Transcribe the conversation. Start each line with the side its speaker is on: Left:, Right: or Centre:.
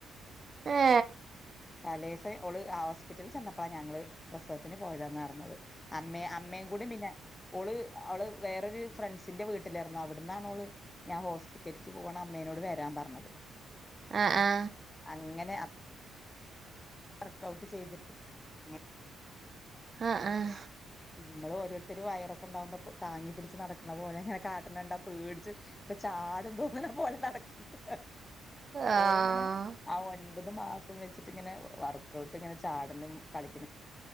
Right: ഹേ
Left: തലേസം ഒള് ആ റ്റൽ ചെന്നപ്പോഴാണ് ഞങ്ങള് പ്രസവത്തിന് പോയതാന്ന് അറഞ്ഞത്. അമ്മ അമ്മേയും കൂടി പിന്നെ ഓള് അവള് വേറൊരു ഫ്രണ്ട്സിന്റെ വീട്ടിലായിരുന്നു. അവിടന്നാണ് അവള് ഞാൻ ഹോസ്പിറ്റൽക്ക് പോകാണ് അമ്മേനോട് വരാൻ പറഞ്ഞത്
Right: ആ ആ
Left: ഇങ്ങനെ അ വർക്കൗട്ട് ചെയ്തിട്ട് <unintelligible>
Right: ആ ആഹ
Left: നമ്മള് ഓരോരുത്തര് വയറൊക്കെ ഉണ്ടാവുമ്പോ താങ്ങി പിടിച്ച് നടക്കണ പോലെ അങ്ങനെ കാട്ട്ണ കണ്ടാ പേടിച്ച്. ഇപ്പൊ ചാടും തോന്നുന്ന പോലെ നടക്കില്ലേ
Right: ആഹ്
Left: ഓളിങ്ങനെ ആ ഒൻ ഇപത് മാസം വെച്ചിട്ട് ഇങ്ങനെ വർക്കൗട്ട് ഇങ്ങനെ ചാട്ണും കളിക്ക്ണും.